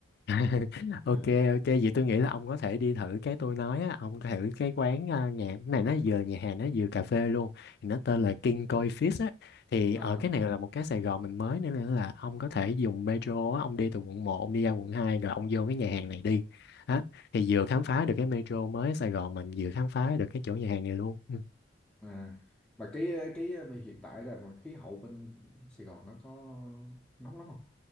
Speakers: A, on the left (about 60°); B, in the centre.
A: <laughs> ok
B: <laughs> à,
A: ok vậy tôi nghĩ là ông có thể đi thử cái tôi nói á ông thử cái quán à, nhà cái này nó vừa nhà hàng nó vừa cà phê luôn thì nó tên
B: ừ.
A: là King Koi Fish á thì
B: à,
A: ở cái này là một cái Sài Gòn mình mới nữa nên là ông có thể dùng metro á ông đi từ quận một, ông đi ra quận 2 rồi ông vô cái nhà hàng này đi á thì vừa khám
B: ừ.
A: phá được cái metro mới Sài Gòn mình vừa khám phá được cái chỗ nhà hàng này luôn ừ.
B: à. mà cái cái bên hiện tại là mà khí hậu bên Sài Gòn nó có nóng lắm không